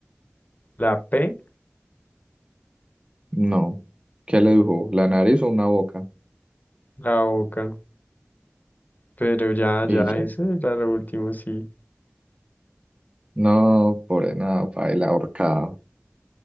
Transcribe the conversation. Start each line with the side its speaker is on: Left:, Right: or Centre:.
Left: la P,
Right: No. ¿Qué le dibujó? ¿La nariz o una boca?
Left: la boca. Pero ya,
Right: ¿Y
Left: ya,
Right: ya?
Left: eso era lo último, sí.
Right: No, por nada, baila ahorcado.